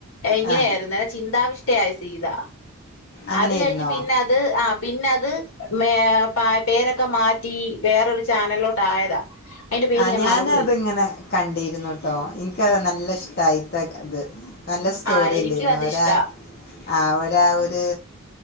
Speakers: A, on the left; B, on the left.
A: എങ്ങനെയായിരുന്ന്
B: ആ
A: ചിന്താവിഷ്ടയായ സീത.
B: അങ്ങനെയായിരുന്നോ
A: അത് കഴിഞ്ഞ് പിന്നെ ത് ആഹ് പിന്നത് മേ പാ പേരൊക്കെ മാറ്റി വേറൊരു ചാനലിലോട്ട് ആയതാ. അയിന്റെ പേര്
B: ആഹ്
A: ഞാൻ
B: ഞാനത്ങ്ങനെ
A: മറന്നുപോയി
B: കണ്ടിരുന്നുട്ടോ. എനിക്കത് നല്ല ഇഷ്ടായി അയിത്ത ഇത്. നല്ല സ്റ്റോറി
A: ആ എനിക്കും
B: അല്ലാരുന്നു
A: അതിഷ്ടാ
B: ഓരാ അവരാ ഒര്